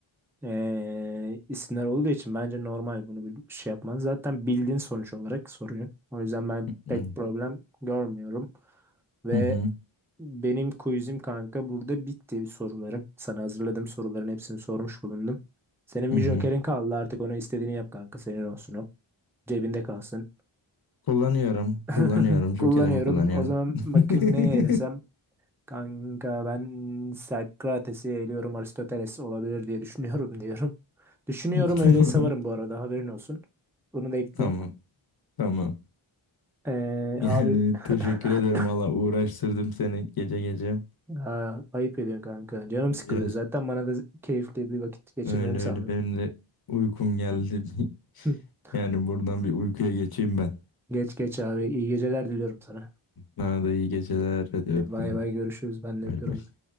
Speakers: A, in the centre; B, on the left (about 50°).
A: eee, isimler olduğu için bence normal bunu bir şey yapman. Zaten bildiğin sonuç olarak soruyor. O yüzden ben pek
B: hı
A: problem görmüyorum. Ve
B: hı hı.
A: benim quizim kanka burada bitti sorularım. Sana hazırladığım soruların hepsini sormuş bulundum. Senin
B: hı hı.
A: bir jokerin kaldı artık onu istediğini yap kanka senin olsun o. Cebinde kalsın.
B: Kullanıyorum,
A: <laughs>
B: kullanıyorum. Jokerimi
A: Kullanıyorum.
B: kullanıyorum.
A: O zaman bakayım
B: <laughs>
A: neye eylesem. Kanka ben Sokrates'i eğiliyorum Aristoteles olabilir diye düşünüyorum <laughs> diyorum. Düşünüyorum
B: Tamam,
A: öyle savarım bu arada haberin olsun. Bunu da ekleyeyim.
B: tamam, tamam.
A: Ee,
B: Yani
A: abi <laughs>
B: teşekkür ederim valla uğraştırdım seni gece gece.
A: Aa, ayıp ediyorsun kanka. Canım
B: Biraz
A: sıkılıyor. Zaten bana da keyifli bir vakit geçirmemi
B: Öyle
A: sağlıyor.
B: öyle benim de uykum geldi. <laughs>
A: <laughs>
B: Yani buradan bir uykuya geçeyim ben.
A: Geç geç abi. İyi geceler diliyorum sana.
B: Sana da iyi geceler. Hadi öpüyorum.
A: De, Bay bay görüşürüz. Ben de
B: Bay
A: öpüyorum.
B: bay.